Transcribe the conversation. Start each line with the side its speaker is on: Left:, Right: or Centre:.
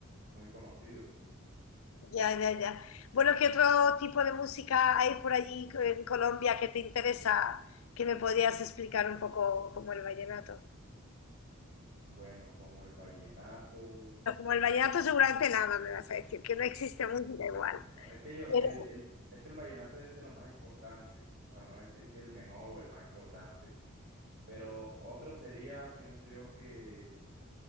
Right: muy conocido.
Left: ya, ya, ya. Bueno, ¿qué otro tipo de música hay por allí en Colombia que te interesa que me podías explicar un poco como el vallenato?
Right: Bueno, como el vallenato.
Left: No, como el vallenato seguramente nada me vas a decir, que no existe música igual.
Right: Ah, Es que yo,
Left: Pero,
Right: el, el- es que el vallenato es de lo más importante, para no decir que es el mejor o el más importante. Pero otro sería, pienso yo, que,